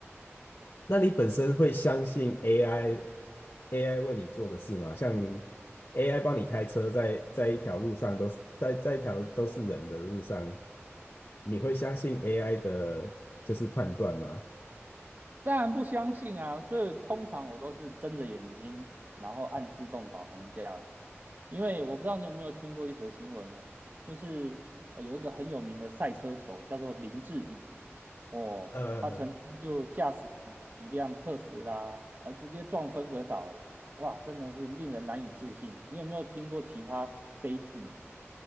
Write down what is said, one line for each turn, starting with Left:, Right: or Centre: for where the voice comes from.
Left: 那你本身会相信 AI AI 为你做的事吗？像 AI 帮你开车在，在一条路上都是在在一条都是人的路上，你会相信 AI 的就是判断吗？
Right: 当然不相信啊。所以通常我都是睁着眼睛，然后按自动导航驾驶。
Left: <laughs>
Right: 因为我不知道你有没有听过一则新闻啊，就是呃有一个很有名的赛车手叫做林志颖哦，
Left: 呃，
Right: 他曾经就一辆特斯拉啊，直接撞分隔岛，哎，哇，真的是令人难以置信。你有没有听过其他悲剧？